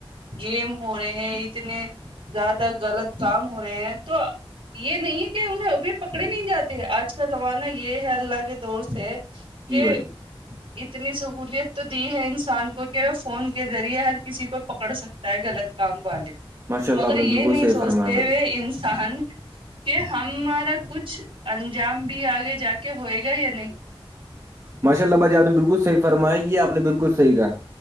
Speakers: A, on the right (about 70°); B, on the right (about 35°).
A: گیم ہو رہے ہیں اتنے زیادہ غلط کام ہو رہے ہیں تو یہ نہیں کہ انہیں بھی پکڑے نہیں جاتے آج کا زمانہ یہ ہے اللہ کے دور سے کہ
B: جی بھائی جی
A: اتنی سہولیت تو دی ہے انسان کو کے فون کے ذریعے ہر کسی کو پکڑ سکتا ہے غلط کام والے
B: ماشاء اللہ
A: مگر
B: آپ نے
A: یہ
B: بالکل
A: نہیں
B: صحیح
A: سوچتے
B: فرمایا بھائی
A: ہوئے انسان کہ ہمارا کچھ انجام بھی آگے جا کے ہوئے گا یا نہیں
B: ماشاء اللہ بھ جی آپ نے بالکل صحی فرمایا یہ آپ نے بالکل صحیح کہا